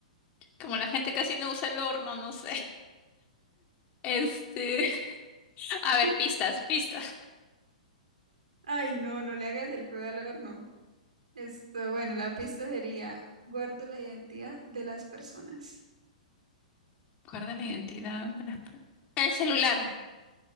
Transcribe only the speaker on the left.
como la gente casi no usa el horno, no sé. <laughs> Este, <laughs> a ver,
pistas, pistas.
Guarda la identidad de las per- El celular.